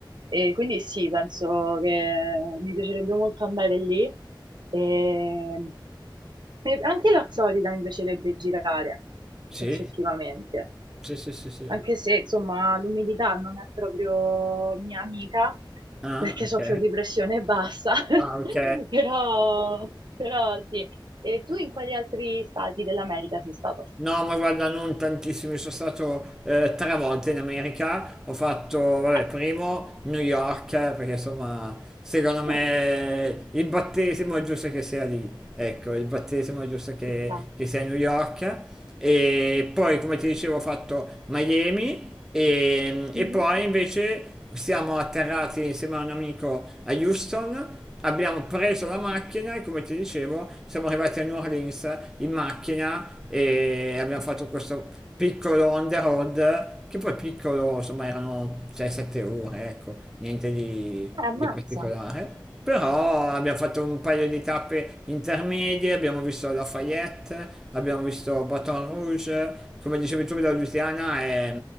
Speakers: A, on the right (about 60°); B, in the centre.
A: E quindi sì, penso che mi piacerebbe molto andare lì. E... E anche la Florida mi piacerebbe girare,
B: Sì,
A: effettivamente
B: sì, sì, sì, sì.
A: anche se insomma l'umidità non è proprio mia amica
B: Ah,
A: perché
B: ok.
A: soffro di pressione bassa, <laughs>
B: Ah, ok.
A: però, però sì. E tu in quali altri stati dell'America sei stato?
B: No, ma guarda, non tantissimo, sono stato eh, tre volte in America. Ho fatto, vabbè,
A: Eh,
B: primo New York, perché insomma, secondo me
A: mm,
B: il battesimo è giusto che sia lì. Ecco, il battesimo è giusto che,
A: ci sta.
B: che sia a New York. e poi come ti dicevo ho fatto Miami e, e
A: Mhm.
B: poi invece siamo atterrati insieme a un amico a Houston, abbiamo preso la macchina e come ti dicevo siamo arrivati a New Orleans in macchina e abbiamo fatto questo piccolo on the road che poi piccolo insomma erano 6-7 ore ecco niente di
A: Eh, ammazza.
B: di particolare, però abbiamo fatto un paio di tappe intermedie, abbiamo visto Lafayette, abbiamo visto Baton Rouge, come dicevi tu da Luciana, è,